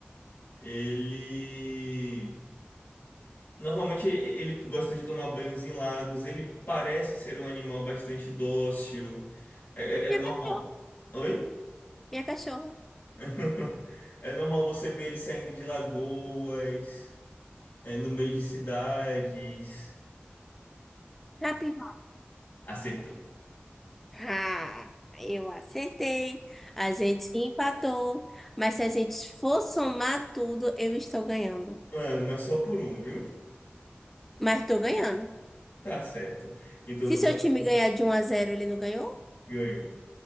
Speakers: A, on the left; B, in the centre.
A: Ele. Normalmente e- ele gosta de tomar banhos em lagos. Ele parece ser um animal bastante dócil. É, é-
B: Minha
A: é normal.
B: cachorra.
A: Oi?
B: Minha cachorra.
A: <laughs> É normal você ver ele saindo de lagoas, é, no meio de cidades.
B: Capivara.
A: Acertou.
B: Ah, eu acertei. A gente empatou. Mas se a gente for somar tudo, eu estou ganhando.
A: Ah, mas só por um, viu?
B: Mas tô ganhando.
A: Tá certo. Então
B: Se
A: no próximo
B: seu time ganhar de um a zero ele não ganhou?
A: ganho.